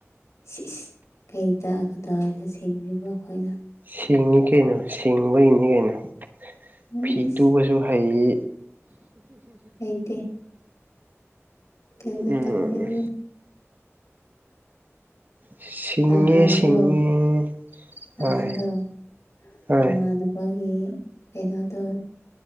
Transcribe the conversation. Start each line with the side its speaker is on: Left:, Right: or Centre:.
Left: ꯁꯤꯁ ꯀꯩ ꯇꯥꯛ ꯀꯗꯥꯋꯥꯏꯗ ꯁꯦꯡꯕꯤꯕ ꯑꯩꯈꯣꯏꯅ
Right: ꯁꯤꯡꯉꯤ ꯀꯩꯅꯣ ꯁꯤꯡꯕꯒꯤꯅꯤ ꯀꯩꯅꯣ
Left: ꯑꯁ
Right: ꯐꯤ ꯇꯨꯕꯁꯨ ꯍꯩ
Left: ꯍꯩꯇꯦ ꯀꯩꯝꯇ
Right: ꯎꯝ
Left: ꯇꯧ ꯍꯩꯇꯦ
Right: ꯁꯤꯡꯉꯦ
Left: ꯅꯍꯥꯟꯗꯣ
Right: ꯁꯤꯡꯉꯦ
Left: ꯅꯍꯥꯟꯗꯣ
Right: ꯍꯣꯏ ꯍꯣꯏ
Left: ꯅꯃꯥꯟꯅꯕꯥ ꯃꯥꯒꯤ ꯀꯩꯅꯣꯗꯣ